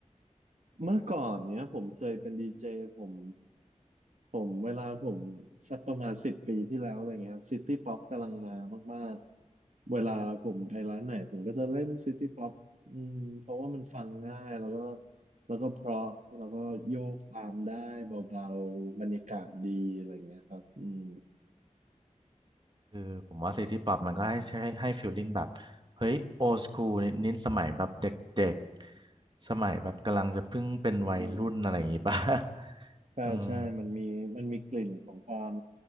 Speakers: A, on the right; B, on the right.
A: เมื่อก่อนเนี้ยผมเคยเป็นดีเจผมผมเวลาผมสักประมาณสิบปีที่แล้วอะไรเงี้ยซิตี้ป๊อปกำลังมามากๆเวลาผมไปร้านไหนผมก็จะเล่นซิตี้ป๊อปอืมเพราะว่ามันฟังง่ายแล้วก็แล้วก็เพราะแล้วก็โยกตามได้เบาๆบรรยากาศดีอะไรเงี้ยครับอืม
B: คือผมว่าซิตี้ป๊อปมันก็ให้ให้ให้ฟีลลิ่งแบบเฮ้ยโอ s คูลนิดนิดสมัยแบบเด็กๆสมัยแบบกำลังจะเพิ่งเป็นวัยรุ่นอะไรอย่างงี้ป่ะ
A: อืม
B: <laughs>
A: ใช่ใช่มันมีมันมีกลิ่นของความ
B: อืม